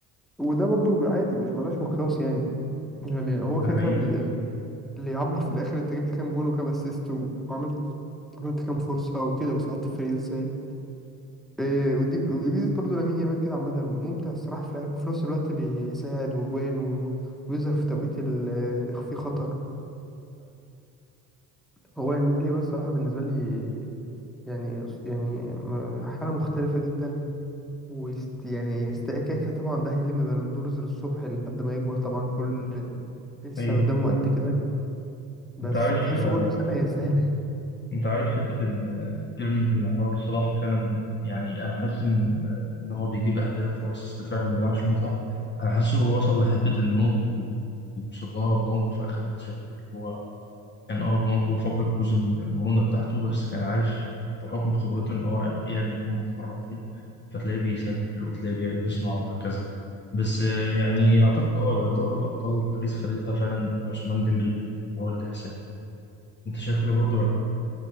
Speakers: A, in the centre; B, on the left.
A: وده برضو عادي مش ملهاش مقياس يعني يعني هو كده
B: ده حقيقي
A: كده ال- ال- اللي يعبر في الاخر انت جبت كام جون وكام اسيست وعملت عملت كام فرصه وكده وساعدت الفريق ازاي إيه، ودي ودي ميزه برضه لامين يامال كده عامه ممتع الصراحه في لعبه وفي نفس الوقت بيساعد وجوان و- ويظهر في توقيت ال- اللي فيه خطر هو الميديا بس الصراحة بالنسبة لي يعني يعني م- حالة مختلفة جدا ويست يعني استكاكة طبعا ده هيلم بالندورز للصبح لحد ما يكبر طبعا كل لسه
B: ايوه
A: قدامه
B: فعلا
A: قد كده بس
B: انت عارف
A: تحسه
B: آه،
A: كل سنة يستاهلها
B: انت عارف حته ان كلمه ان حوار صلاح فعلا يعني انا حاسس ان ان هو بيجيب اهداف واسيستات فعلا ما بيلعبش متعه انا حاسه هو وصل لحته النضج اللي وصل لها رونالدو في اخر مسيرته اللي هو كان اه رونالدو فقد جزء من المرونة بتاعته بس كان عارف بحكم خبرته ان هو يعمل يوم ويتحرك فين فتلاقيه بيسجل وتلاقيه بي- بيصنع وهكذا بس آه، يعني اعتقد اه لو دوري الابطال باريس خدتها فعلا عثمان ديمبلي ممكن هو اللي يحسمها انت شايف كده برضه ولا ايه؟